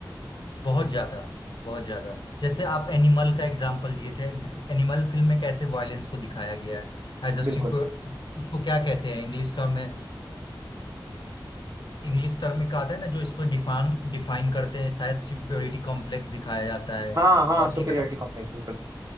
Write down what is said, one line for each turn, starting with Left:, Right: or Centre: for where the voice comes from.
Left: बहुत ज्यादा बहुत ज्यादा जैसे आप एनिमल का एग्जाम्पल दिए थे एनिमल फिल्म में कैसे वायलेंस को दिखाया गया है एज अ
Right: बिल्कुल
Left: उसको क्या कहते हैं इंग्लिश टर्म में इंग्लिश टर्म का आता है ना जो इसको डिफाइन डिफाइन करते हैं शायद सुपेरियोरिटी कॉम्प्लेक्स दिखाया जाता है
Right: हाँ हाँ
Left: और
Right: सुपीरियरिटी
Left: एक अच्छा
Right: कॉम्प्लेक्स बिल्कुल